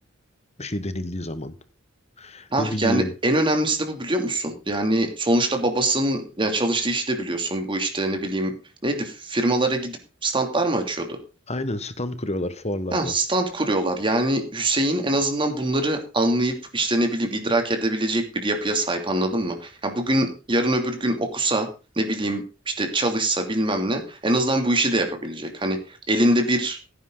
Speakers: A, on the left; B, on the right.
A: Bir şey denildiği zaman.
B: Hah
A: Ne bileyim.
B: yani en önemlisi de bu biliyor musun? Yani sonuçta babasının yani çalıştığı işi de biliyorsun. Bu işte ne bileyim neydi firmalara gidip standlar mı açıyordu?
A: Aynen stand kuruyorlar fuarlarda.
B: Ha, stand kuruyorlar. Yani Hüseyin en azından bunları anlayıp işte ne bileyim idrak edebilecek bir yapıya sahip anladın mı? Ya bugün yarın öbür gün okusa ne bileyim işte çalışsa bilmem ne en azından bu işi de yapabilecek. Hani elinde bir